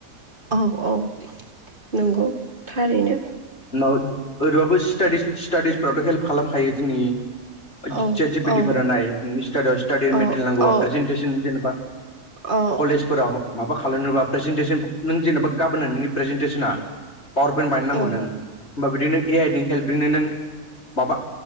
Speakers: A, on the right; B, on the left.
A: औ औ नंगौ थारैनो
B: उनाव ओरैबाबो स्टाडिस स्टाडिस फोरावथ' हेल्प खालामखायो जोंनि जे
A: औ
B: चेट जि पि
A: औ
B: टि फोरा नाय नोंनि स्टडियाव स्टाडि
A: औ
B: मेटेरियेल नांगौबा
A: औ
B: प्रेजेन्टेसन जेनेबा
A: औ
B: कलेजफोराव माबा खालामालनोबा प्रेजेेनटेसन नों जेन'बा गाबोन नों नोंनि प्रेजेेनटेसना पावार पइन्ट बानायनांगौ
A: औ
B: नों होमबा बिदि नों ए आइ नि हेल्पजोंनो नों माबा